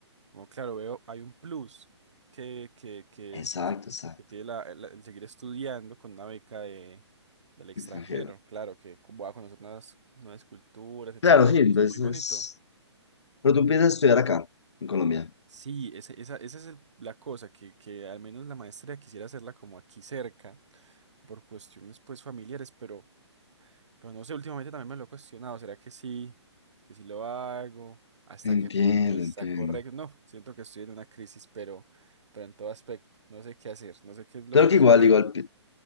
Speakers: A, on the right; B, on the left.
A: Como claro, veo, hay un plus que, que, que
B: Exacto,
A: es que,
B: exacto.
A: que tiene la- la- el seguir estudiando con una beca de, del extranjero.
B: Extranjero.
A: Claro, que co- voy a conocer nuevas, nuevas culturas, etcétera.
B: Claro, sí,
A: Eso,
B: entonces...
A: eso es muy bonito.
B: Pero tú empiezas a estudiar acá, en Colombia.
A: Sí, ese- esa, esa es el- la cosa, que, que al menos la maestría quisiera hacerla como aquí cerca, por cuestiones pues familiares, pero, pero no sé, últimamente también me lo he cuestionado, ¿será que sí? ¿Que si lo hago? ¿Hasta
B: Entiendo,
A: qué punto está
B: entiendo.
A: correcto? No, siento que estoy en una crisis, pero, pero en todo aspecto, no sé qué hacer, no sé qué es lo
B: Claro que
A: correcto.
B: igual, igual, pi-